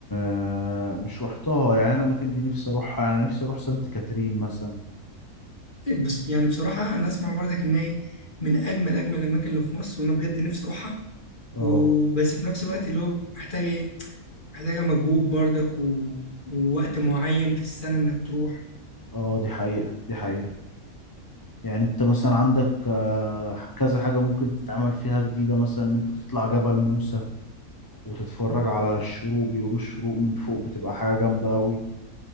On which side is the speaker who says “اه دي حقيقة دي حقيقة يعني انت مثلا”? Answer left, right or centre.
Left